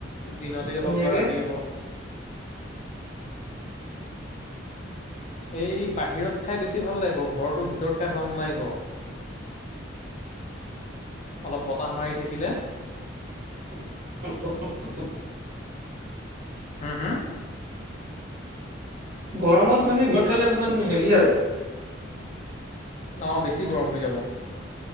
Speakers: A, on the left; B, on the right.
A: দিনতেই
B: ধুনীয়াকে।
A: হওঁক বা ৰাতিয়ে হওঁক। এই বাহিৰত খাই বেছি ভাল লাগিব, ঘৰটোৰ ভিতৰত খাই ভাল নালাগিব। অলপ বতাহ মাৰি থাকিলে।
B: <unintelligible>
A: হম', হম'।
B: গৰমত মানে বিৰত খালে অকণমান হেৰি আৰু।
A: অহ, বেছি গৰম হৈ যাব।